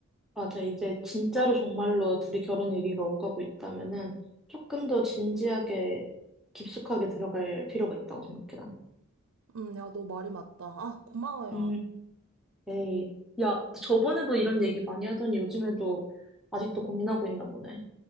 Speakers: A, in the centre; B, on the right.
A: 맞아. 이제 진짜로 정말로 둘이 결혼 얘기가 오가고 있다면은 조금 더 진지하게 깊숙하게 들어갈 필요가 있다고 생각해, 나는.
B: 음, 야, 너 말이 맞다. 아, 고마워, 야.
A: 음, 에이. 야, 너 저번에도 이런 얘기 많이 하더니 요즘에도 아직도 고민하고 있나 보네.